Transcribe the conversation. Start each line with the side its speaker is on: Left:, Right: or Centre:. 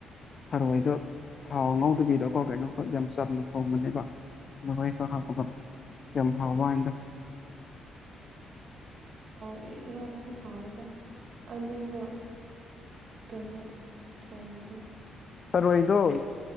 Left: ꯊꯔꯣꯏꯗꯣ ꯊꯥꯎ ꯉ ꯉꯧꯗꯕꯤꯗꯀꯣ ꯀꯩꯅꯣ ꯌꯥꯝ ꯆꯥꯅ ꯊꯣꯡꯕꯅꯦꯕ ꯃꯔꯣꯏ ꯍꯥ ꯌꯥꯝ ꯍꯥꯎ ꯋꯥꯎꯕꯋꯅꯦꯗ
Right: ꯑꯩ ꯏꯌꯥꯝꯕꯁꯨ ꯍꯥꯎꯋꯦꯗ ꯑꯂꯨꯒ ꯀꯩꯅꯣ ꯊꯣꯡꯕꯗꯣ
Left: ꯊꯔꯣꯏꯗꯣ